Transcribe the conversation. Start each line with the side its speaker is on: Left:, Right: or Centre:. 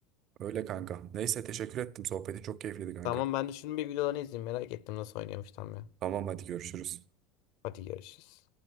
Right: Öyle kanka. Neyse teşekkür ettim. Sohbeti çok keyifliydi kanka.
Left: Tamam ben de şunun bir videolarını izleyeyim merak ettim nasıl oynuyormuş tam ya.
Right: Tamam hadi görüşürüz.
Left: Hadi görüşürüz.